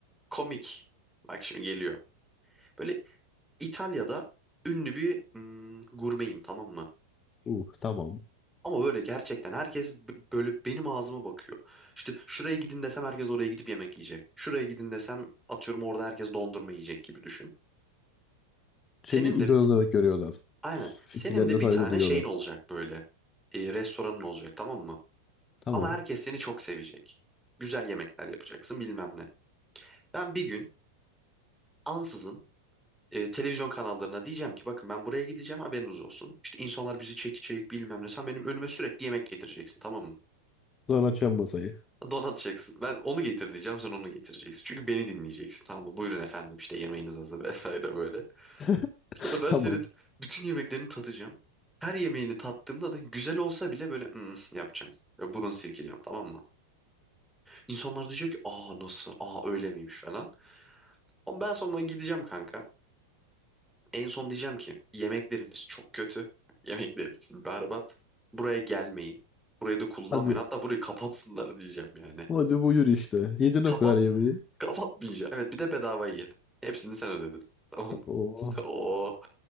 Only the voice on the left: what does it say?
Uh, tamam.
Seni idol
olarak görüyorlar.
Fikirlerine
saygı
duyuyorlar.
Tamam.
Sonra açacağım masayı.
<laughs>
Tamam.
Hadi.
Hadi buyur işte. Yedin
o kadar yemeği.
Oh.